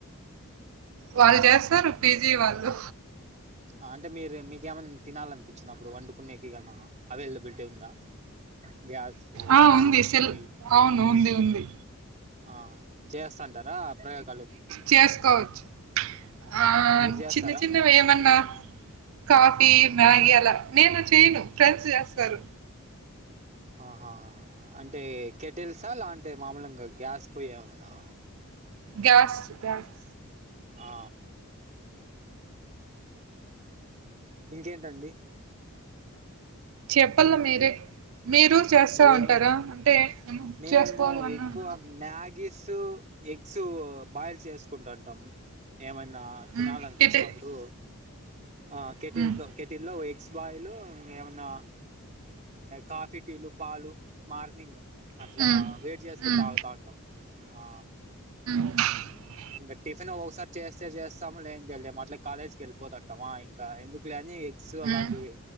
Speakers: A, on the right; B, on the right.
A: వాళ్ళు చేస్తారు పీజీ వాళ్ళు
B: ఆ అంటే మీరూ మీకేమన్ తినాలనిపించినప్పుడు వండుకునేకి గానిఅవైలబిలిటీ ఉందా గ్యాస్
A: ఆ
B: అట్లాంటి
A: ఉంది సెల్
B: పొయ్యి
A: అవును ఉంది ఉంది
B: ఆ చేస్తాంటారా ఆ ప్రయోగాలు
A: చేసు కోవచ్చు ఆ
B: మీరు చేస్తారా
A: చిన్న చిన్న ఏమన్నా కాఫీ మ్యాగీ అలా నేను చెయ్యను ఫ్రెండ్స్ చేస్తారు
B: ఆహా అంటే కెటిల్సా లాంటే మామూలుంగ గ్యాస్ పోయే ఉందా
A: గ్యాస్ గ్యాస్
B: ఆ ఇంకేంటండి
A: చెప్పాల మీరే మీరు చేస్తా
B: ఏ
A: ఉంటారా అంటే మనం
B: మేము
A: చేసుకోవాలన్నప్పుడు
B: ఎక్కువ మ్యాగీసు ఎగ్స్ బాయిల్ చేసుకుంటుంటాం ఏమన్న
A: హ్మ్
B: తినాలనిపించినప్పుడు
A: టిటి
B: ఆ కెటిల్తో
A: హ్మ్.
B: కెటిల్లో ఓ ఎగ్స్ బాయిలు ఇంకా ఏమన్నా కాఫీ టీలు పాలు మార్నింగ్ అట్లా
A: హ్మ్.
B: వేడి చేసుకొని
A: హ్మ్.
B: తాగుతా ఉంటాము అండి ఆ
A: <inaudible>
B: ఇంకా టిఫిన్ ఒకసారి చేస్తే చేస్తాం లేదంటే లేదు అట్లా కాలేజ్కి వెళిపోతుంటామా ఇంకా ఎందుకు లే అని సో
A: హ్మ్.
B: అలాంటివి